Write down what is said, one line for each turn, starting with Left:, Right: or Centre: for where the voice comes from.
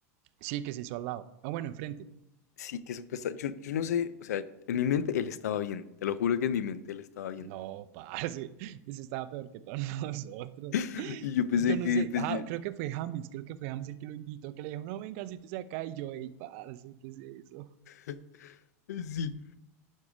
Right: Sí, que se hizo al lado. Ah, bueno, enfrente.
Left: Sí, que supuestamente, yo, yo no sé, o sea, en mi mente él estaba bien, te lo juro que en mi mente él estaba bien.
Right: No, parce, <laughs> ese estaba peor que todos <laughs> nosotros.
Left: <laughs> Y yo pensé
Right: Y yo no
Left: que,
Right: sé,
Left: pues,
Right: ah,
Left: yo-
Right: creo que fue James, creo que fue James el que lo invitó, que le dijo, no, venga, siéntese acá. Y yo, ey, parce, ¿qué es eso?
Left: <laughs> Sí,